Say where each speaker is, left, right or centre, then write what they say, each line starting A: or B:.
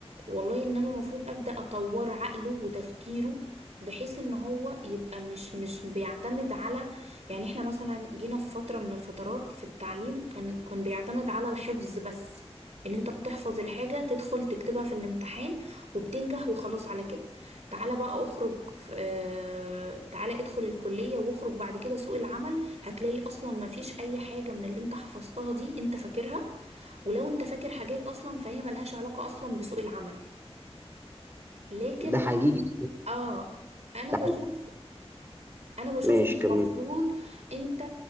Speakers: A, on the right; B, on the right.
A: والله ان انا المفروض ابدا اطور عقله وتفكيره بحيث ان هو يبقى مش مش بيعتمد على يعني احنا مثلا جينا في فتره من الفترات في التعليم كان كان بيعتمد على الحفظ بس ان انت بتحفظ الحاجه تدخل تكتبها في الامتحان وبتنجح وخلاص على كده تعالى بقى اخرج في آه تعالى ادخل الكليه واخرج بعد كده سوق العمل هتلاقي اصلا ما فيش اي حاجه من اللي انت حفظتها دي انت فاكرها ولو انت فاكر حاجات اصلا فهي ملهاش علاقه اصلا بسوق العمل لكن
B: ده حقيقي
A: اه انا
B: ده
A: بشوف
B: حقيقي
A: انا بشوف
B: ماشي
A: ان المفروض
B: كمل
A: انت